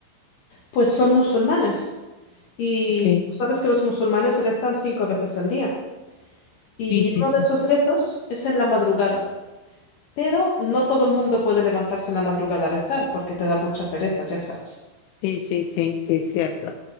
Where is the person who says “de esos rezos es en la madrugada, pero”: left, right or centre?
Left